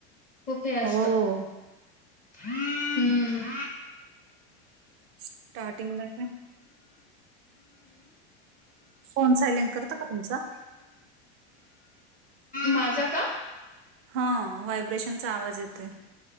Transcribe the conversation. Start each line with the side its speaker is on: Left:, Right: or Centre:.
Left: खुपे असत
Right: हो,
Left: हम्
Right: स्टार्टिंगला का फोन सायलेंट करत का तुमचा
Left: माझा का
Right: हा व्हायब्रेशनचा आवाज येतोय